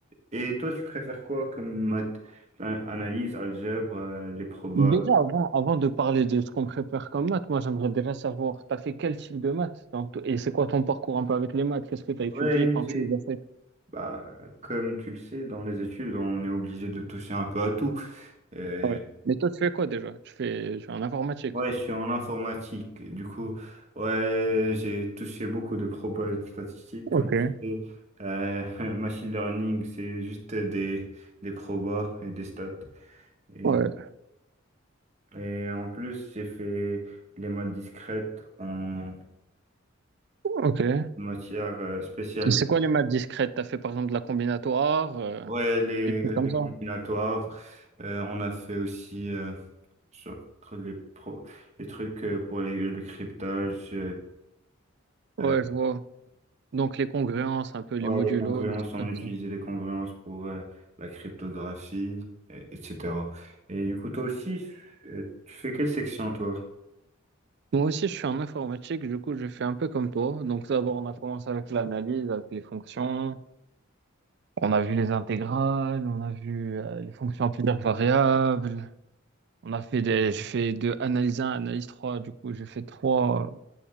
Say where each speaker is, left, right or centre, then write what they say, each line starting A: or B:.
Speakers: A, on the right; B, on the right.
A: Et toi, tu préfères quoi comme math? L'an- Analyse, algèbre, euh, les probas.
B: Déjà, avant, avant de parler de ce qu'on prépare comme maths, moi j'aimerais déjà savoir, t'as fait quel type de maths dans t- et c'est quoi ton parcours un peu avec les maths? Qu'est-ce que t'as
A: Ouais,
B: étudié quand
A: j'ai-
B: tu les as fait?
A: bah, comme tu le sais, dans les études, on est obligé de toucher un peu à tout. Et
B: Ouais. Mais toi, tu fais quoi déjà? Tu fais, tu fais en informatique.
A: Ouais, je suis en informatique. Du coup, ouais, j'ai touché beaucoup de propos statistiques.
B: Ok,
A: Comme tu sais, Euh, <laughs> machine learning, c'est juste des, des probas et des stats. Et,
B: ouais,
A: et en plus, j'ai fait les maths discrètes en
B: ok. Et
A: matière euh, spéciale.
B: C'est quoi les maths discrètes? T'as fait par exemple de la combinatoire, euh,
A: Ouais, les,
B: des trucs comme
A: les
B: ça?
A: combinatoires. Euh, on a fait aussi euh, sur les, pro- les trucs euh, pour les- le cryptage.
B: Ouais,
A: euh,
B: je vois. Donc les congruences, un peu les
A: Ouais,
B: modulos,
A: les congruences,
B: les trucs
A: on
B: comme
A: utilisait
B: ça.
A: les congruences pour euh, la cryptographie, et- etc. Et du coup, toi aussi, euh, tu fais quelle section, toi?
B: Moi aussi, je suis en informatique, du coup, je fais un peu comme toi. Donc d'abord, on a commencé avec l'analyse, avec les fonctions. On a vu les intégrales, on a vu euh, les fonctions amplitudaires variables. On a fait des, j'ai fait de analyse un, analyse trois, Du coup, j'ai fait trois,